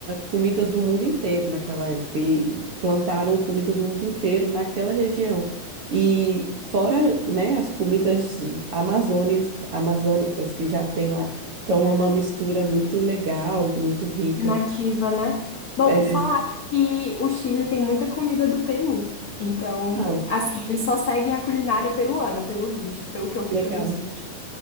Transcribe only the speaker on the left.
nativa, né? Bom,
falaram que o Chile tem muita comida do Peru. Então,
assim, eles só seguem a culinária peruana, pelo visto, pelo que eu vi
pelos vídeos.